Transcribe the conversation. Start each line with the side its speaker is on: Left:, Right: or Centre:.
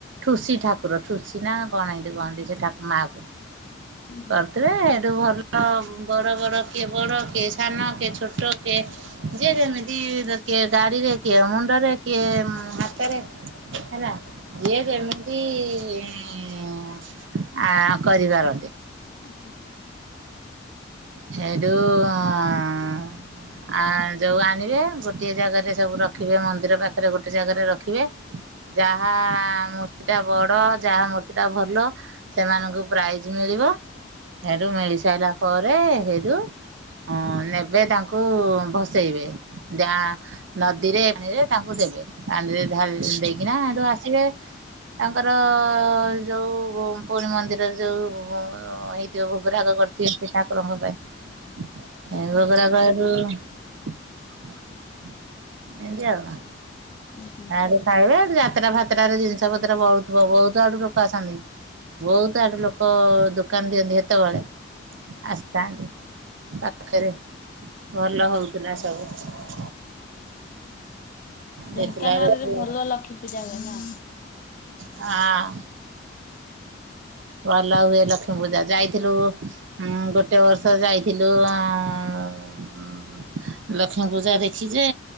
Right: ଠୁସି ଠାକୁର ଠୁସି ନା କଣ ଏନ୍ତି କୁହନ୍ତି ସେ ଠାକ୍ ମା କୁ।
Left: ହୁଁ ହୁଁ।
Right: କରିଥିବେ ହେଇଠୁ ଭଲ ବଡ଼ ବଡ଼ କିଏ ବଡ଼ କିଏ ସାନ କିଏ ଛୋଟ କିଏ ଯେ ଯେମିତି ଦେ କିଏ ଗାଡିରେ କିଏ ମୁଣ୍ଡରେ କିଏ ହାତରେ ହେଲା। ଯିଏ ଯେମିତି ଇଁ-ଇଁ-ଇଁ ଆ କରିପାରନ୍ତି।
Left: <unintelligible>
Right: ହେଇଠୁ ଉଁ <unintelligible> ଆ ଯୋଉ ଆଣିବେ ଗୋଟିଏ ଜାଗାରେ ସବୁ ରଖିବେ ମନ୍ଦିର ପାଖରେ ଗୋଟେ ଜାଗାରେ ରଖିବେ। ଯାହା ମୂର୍ତ୍ତି ଟା ବଡ ଯାହା ମୂର୍ତ୍ତି ଟା ଭଲ ସେମାନଙ୍କୁ ପ୍ରାଇଜି ମିଳିବ ହେଠୁ ମିଳି ସାଇଲା ପରେ ହେଠୁ ଅଁ ନେବେ ତାଙ୍କୁ ଭସେଇବେ। ଯା ନଦୀରେ ପାଣିରେ ତାଙ୍କୁ ଦେବେ ପାଣିରେ ଢ଼ାଳି ଦେଇକିନା ହେଠୁ ଆସିବେ। ତାଙ୍କର ଯୋଉ <unintelligible> ମନ୍ଦିରରେ ଯୋଉ ହେଇ କିଏ ଭୋଗରାଗ କରିଥିବେ ସେ ଠାକୁରଙ୍କ ପାଇଁ। ଏ
Left: ହୁଁ
Right: ଭୋଗ ରାଗ ହେଠୁ ଏନ୍ତି ଆଉ।
Left: ଉଁ ହୁଁ।
Right: <unintelligible> ଖାଇବେ ଯାତ୍ରା ଫାତ୍ର ରେ ଜିନିଷ ପତ୍ର ବହୁତ୍ <unintelligible> ବହୁତ୍ ଆଡୁ ଲୋକ ଆସନ୍ତି। ବହୁତ୍ ଆଡ ଲୋକ ଦୋକାନ ଦିଅନ୍ତି ହେତବେଳେ। ଆସିଥାନ୍ତି ପାଖରେ ଭଲ ହଉଥିଲା ସବୁ। ଦେଖିଲା
Left: ଢେଙ୍କାନାଳରେ
Right: ବେଳକୁ
Left: ଭଲ ଲକ୍ଷ୍ମୀ ପୂଜା ହୁଏ ନା?
Right: ହଁ ଭଲ ହୁଏ ଲକ୍ଷ୍ମୀ ପୂଜା ଯାଇଥିଲୁ। ହୁଁ ଗୋଟେ ବର୍ଷ ଯାଇଥିଲୁ ହୁଁ ଲକ୍ଷ୍ମୀ ପୂଜା ଦେଖିଛି ଯେ